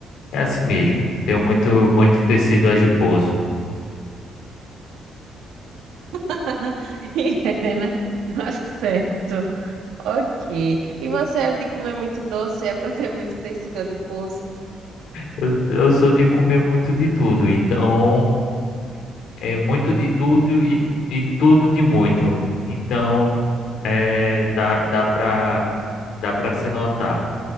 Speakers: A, on the left; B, on the right.
A: é assim mesmo. Tenho muito, muito tecido adiposo.
B: <laughs> E é, né? Tá certo. Ok. E você é de comer muito doce, é pra ter muito tecido adiposo.
A: Eu, eu sou de comer muito de tudo, então é muito de tudo e, e tudo de muito. Então é, dá, dá para dá para se notar.